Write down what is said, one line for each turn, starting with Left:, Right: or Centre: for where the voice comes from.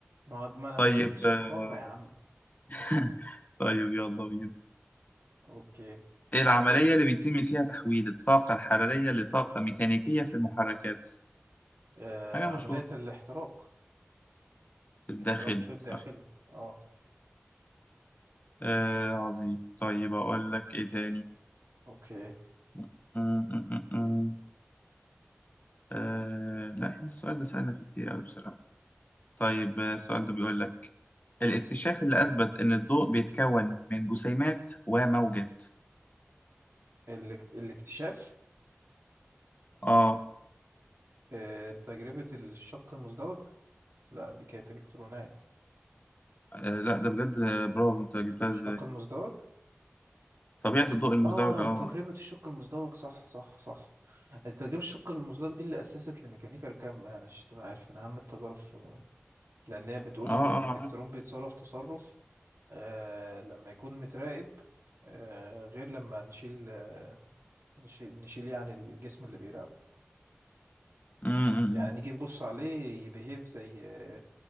Right: ما هو- ما انا
Left: طيب
Right: مش دي مش
Left: آه،
Right: ثقافة يا عم
Left: <laughs> طيب يلا بينا
Right: اوكي
Left: العملية اللي بيتم فيها تحويل الطاقة الحرارية لطاقة ميكانيكية في المحركات
Right: آه
Left: حاجة
Right: عملية
Left: مشهورة
Right: الاحتراق
Left: في الداخلي
Right: الاحتراق الداخلي
Left: صح
Right: اه
Left: آه عظيم طيب أقول لك إيه تاني
Right: اوكي
Left: م- م- م- م. آه لا إحنا السؤال ده سألنا فيه كتير أوي بصراحة طيب آه، السؤال ده بيقول لك الاكتشاف اللي أثبت إن الضوء بيتكون من جسيمات وموجات
Right: الاكت- الاكتشاف
Left: آه,
Right: آه تجربة الشق المزدوج لا دي كانت الكترونات
Left: آه لا ده بجد آه، برافو أنت جبتها إزاي
Right: الشق المزدوج
Left: طبيعة الضوء المزدوج
Right: اه
Left: آه
Right: تجربة الشق المزدوج صح صح صح تجربة الشق المزدوج دي اللي أسست لميكانيكا الكم يعني عشان تبقى عارف من أهم التجارب في- لأن هي بتقول
Left: آه
Right: إن
Left: آه
Right: الإلكترون
Left: عارف.
Right: بيتصرف تصرف آه لما يكون متراقب آه غير لما نشيل نشيل, نشيل يعني الجسم اللي بيراقبه
Left: م- م-
Right: يعني
Left: م.
Right: نيجي نبص عليه يبيهيف زي آه،